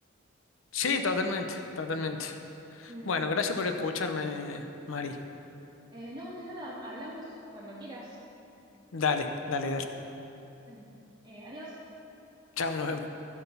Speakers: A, on the left; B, on the right.
A: Sí, totalmente, totalmente.
B: Mm.
A: Bueno, gracias por escucharme, Mari.
B: Eh, no, de nada, hablamos cuando quieras.
A: Dale, dale, dale.
B: Bueno, eh, adiós.
A: Chao, nos vemos.